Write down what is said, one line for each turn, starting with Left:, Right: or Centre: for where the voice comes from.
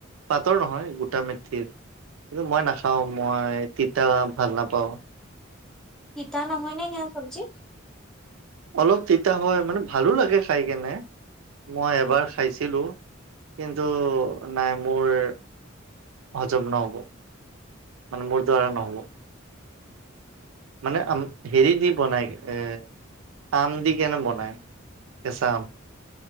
Right: পাটৰ নহয়, গোটা মেথিৰ। কিন্তু মই নাখাওঁ, মই তিতা ভাল নাপাওঁ।
Centre: তিতা নহয়নে, সেইয়া চব্জি।
Right: অলপ তিতা হয়, মানে ভালো লাগে খাই কেনে। মই এবাৰ খাইছিলোঁ, কিন্তু নাই মোৰ হজম নহ'ব, মানে মোৰ দ্বাৰা নহ'ব। মানে আম, হেৰি দি বনাই, এ আম দি কেনে বনায়। কেঁচা আম,